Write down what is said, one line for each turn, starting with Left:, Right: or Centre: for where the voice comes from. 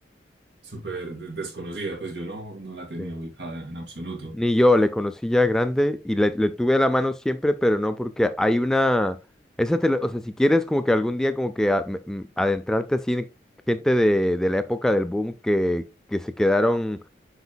Right: súper de- desconocida, pues yo no, no la tenía
Centre: Sí.
Right: ubicada en absoluto.
Centre: Ni yo, le conocí ya grande y le, le tuve a la mano siempre, pero no porque hay una... Esa te la- o sea, si quieres como que algún día como que a- m- m- adentrarte así en gente de, de la época del boom que, que se quedaron